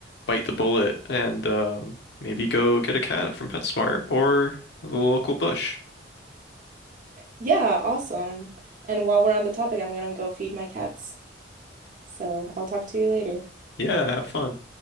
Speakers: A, on the left; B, on the right.
A: bite the bullet and um, maybe go get a cat from PetSmart or the local bush.
B: Yeah, awesome. And while we're on the topic, I'm gonna go feed my cats. So I'll talk to you later.
A: Yeah, have fun.